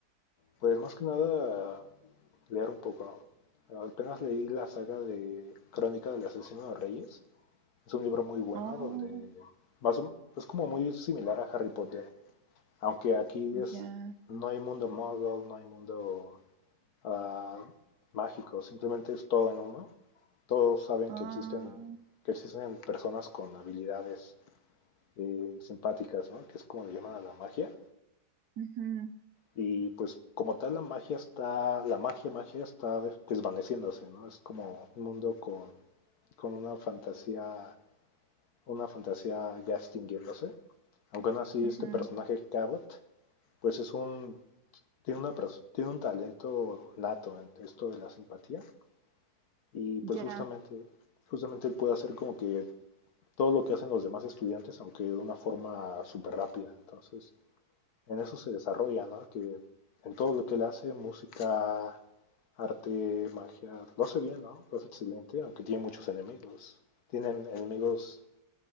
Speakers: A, on the left (about 70°); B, on the right (about 85°).
A: Pues más que nada, leer un poco. ¿no? Apenas leí la saga de Crónica del Asesino de Reyes. Es un libro muy bueno
B: Oh,
A: donde más o- es como muy similar a Harry Potter, aunque aquí es,
B: ya.
A: no hay mundo model, no hay mundo ah, mágico, simplemente es todo en uno. Todos saben
B: Ah,
A: que existen, que existen personas con habilidades eh, simpáticas, ¿no? Que es como le llaman a la magia.
B: ujú,
A: Y pues como tal la magia está, la magia, magia está des- desvaneciéndose, ¿no? Es como un mundo con, con una fantasía, una fantasía ya extinguiéndose. Aunque aún así
B: ujú,
A: este personaje Cabot, pues es un, tiene una, pers- tiene un talento nato en esto de la simpatía. Y pues
B: Ya.
A: justamente, justamente él puede hacer como que todo lo que hacen los demás estudiantes, aunque de una forma súper rápida. Entonces, en eso se desarrolla, ¿no? Que en todo lo que él hace, música, arte, magia, lo hace bien, ¿no? Lo hace excelente, aunque tiene muchos enemigos. Tienen enemigos